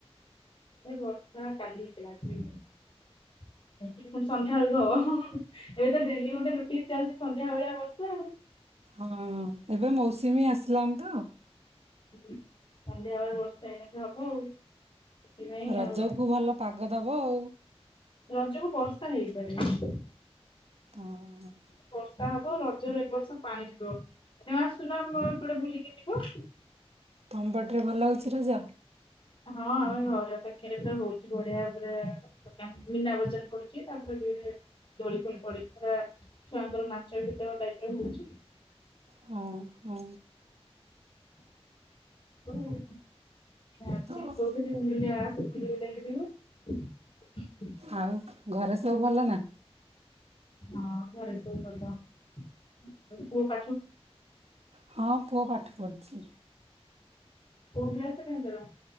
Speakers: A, on the left; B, on the right.
A: ଏ ବର୍ଷା କାଲି ହେଇଥିଲା ପୁଣି ସନ୍ଧ୍ୟାବେଳକୁ ହବ ହୁଁ ହୁଁ ହୁଁ। ଏବେ ତ ଡେଲି ଗୋଟେ ରୁଟିନ୍ ଚାଲିଛି ସନ୍ଧ୍ୟା ଭଳିଆ ବର୍ଷା ଆଉ।
B: ହଁ ଏବେ ମୌସୁମୀ ଆସିଲାଣି ତ
A: ସନ୍ଧ୍ୟା ବେଳେ ବର୍ଷା ଏଇନାକେ ହବ ଆଉ ସେଥିପାଇଁ
B: ରଜକୁ
A: ଆଉ
B: ଭଲ ପାଗ ଦବ ଆଉ।
A: ରଜ କୁ ବର୍ଷା ହେଇପାରେ।
B: ହଁ ହଁ।
A: ବର୍ଷା ହବ ରଜରେ ଏ ବର୍ଷ ପାଣିରେ ଯିବ ତମେ ଆସୁନା ଆମ ଏପଟେ ବୁଲିକି ଯିବ।
B: ତମ ପଟରେ ଭଲ ହଉଛି ରଜ?
A: ହଁ ଆମ ଘର ପାଖରେ ତ ହଉଛି ବଢ଼ିଆ ପୁରା ମୀନା ବଜାର ପଡ଼ୁଛି <unintelligible> ଦୋଳି ଫୋଳି ପଡ଼ିକି ପୁରା ଛୁଆଙ୍କର ନାଚ ଗୀତ ଟାଇପ୍ ରେ ହଉଛି।
B: ହଁ ହଁ।
A: ହ <inaudible> ଆଜି
B: ତ-
A: କଉଥିଲି ମୁଣ୍ଡୁଲି ଆସେ ବୁଲିବୁଲା କି ଯିବୁ।
B: ଆଉ ଘରେ ସବୁ ଭଲ ନା?
A: ହଁ ଘରେ ସବୁ ଭଲ।
B: ହଁ ପୁଅ ପାଠ ପଢ଼ୁଛି।
A: କୋଉ କ୍ଲାସ ତାଙ୍କର? ରେ?